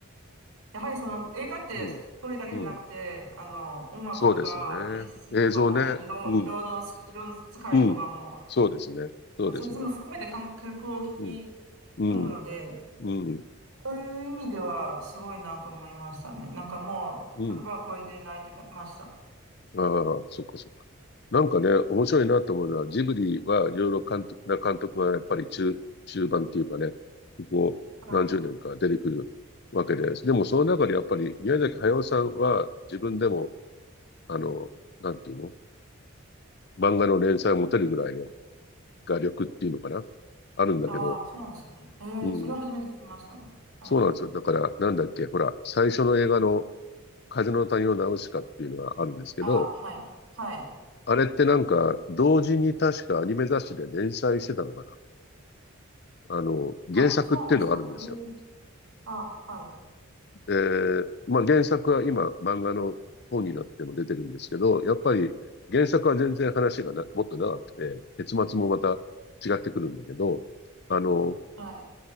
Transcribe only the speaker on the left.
うん、うん。
そうですね。映像ね。うん、
うん。そうですね。そうですね。
うん、うん、
うん、
うん。ああ、そっかそっか。なんかね、面白いなと思うのは、ジブリはいろいろ監督、な監督がやっぱり中、中盤っていうかね、ここ何十年か出てくるわけです。
でもその中でやっぱり宮崎駿さんは自分でも、あの、なんていうの漫画の連載を持てるぐらいの画力っていうのかなあるんだけど、
うん。
そうなんですよ。だから、なんだっけ、ほら、最初の映画の風の谷のナウシカっていうのがあるんですけど、
あれってなんか、同時に確かアニメ雑誌で連載してたのかな。あの、
原作っていうのがあるんですよ。
えー、まあ原作は今、漫画の本になっても出てるんですけど、やっぱり原作は全然話がな、もっと長くて、結末もまた違ってくるんだけど、あの、